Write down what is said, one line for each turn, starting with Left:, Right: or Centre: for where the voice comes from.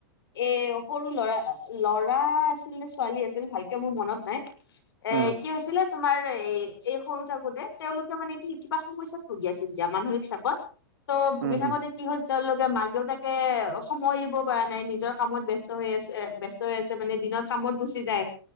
Left: এই। সৰু ল'ৰা, ল'ৰা আছিল নে ছোৱালী আছিল ভালকে মোৰ মনত নাই। এ
Right: উম,
Left: কি হৈছিলে তোমাৰ এ এই সৰু থাকোতে তেওঁলোকে মানে কি কিবা সমস্যাত। ভূগি আছিল মানসিক চাপত। ত' ভুগি
Right: উম,
Left: থাকোঁতে
Right: উম,
Left: কি হল, তেওঁলোকে মাক দেউতাকে সময় দিব পৰা নাই নিজৰ কামত বেছ। ত, হৈ আছে! ব্যস্ত হৈ আছে, মানে দিনত কামত গুচি যায়!